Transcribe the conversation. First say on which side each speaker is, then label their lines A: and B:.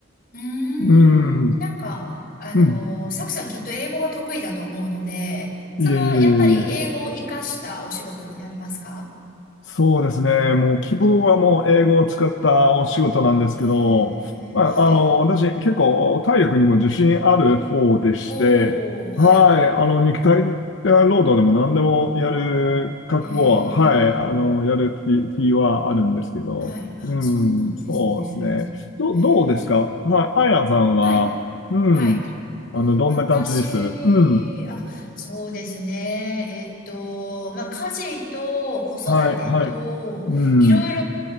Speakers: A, on the left; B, on the left.
A: うーん、
B: うん、
A: なんか、あの、
B: うん。
A: サクさんきっと英語が得意だと思うので、その、
B: いえいえいえいえ。
A: やっぱり英語を活かしたお仕事になりますか
B: そうですね。もう希望はもう英語を使ったお仕事なんですけど、
A: へー、
B: まあ、
A: はい。
B: あの、私結構体力にも自信ある方でして、
A: おー、
B: はい、
A: はい。
B: あの、肉体労働でも何でもやる覚悟は、
A: へ
B: はい、
A: ー。
B: あの、やる気、気はあるんですけど、
A: はい。あ、
B: うん、
A: そうなんですね。
B: そうですね。ど、
A: へえ。
B: どうですかはい、アイアンさんは、
A: はい。
B: うん、
A: はい。
B: あの、どんな感じですうん、
A: 私、あ、そうですね。えっと、まあ、家事と子育てと、
B: はい、はい、うん、
A: いろい